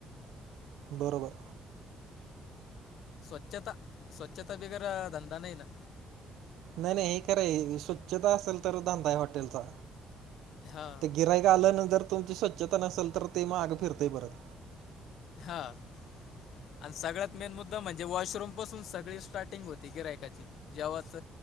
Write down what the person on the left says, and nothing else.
स्वच्छता, स्वच्छता बिगर धंदा नाही ना.
हा
हां. आणि सगळ्यात मेन मुद्दा म्हणजे, वॉशरूम पासून सगळी स्टार्टिंग होती गिऱ्हाईकाची. जवत